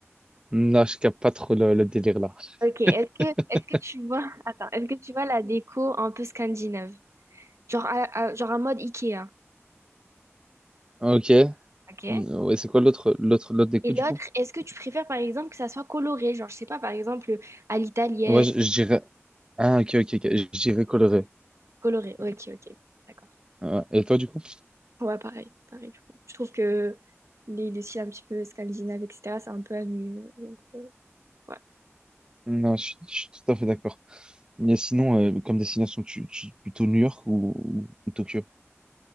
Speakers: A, on the right; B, on the right.
A: Non, je capte pas trop le, le délire là.
B: Ok, est-ce que,
A: <laughs>
B: est-ce que tu vois, <laughs> attends, est-ce que tu vois la déco un peu scandinave? Genre, à- à- genre un mode Ikea,
A: Ok.
B: ok?
A: Mm, Ouais, c'est quoi l'autre, l'autre, l'autre des coups,
B: Et l'autre,
A: du coup?
B: est-ce que tu préfères par exemple que ça soit coloré? Genre, je sais pas, par exemple, à l'italienne,
A: Ouais, je, je dirais. Ah, ok, ok, ok. Je dirais coloré.
B: coloré. Ok, ok, d'accord.
A: Euh, Et toi, du coup?
B: Ouais, pareil, pareil, du coup. Je trouve que les, les styles un petit peu scandinaves, etc., c'est un peu ennuyeux. Donc, euh, ouais.
A: Non, je, suis je suis tout à fait d'accord. Mais sinon, euh, comme destination, tu, tu- plutôt New York ou, ou Tokyo?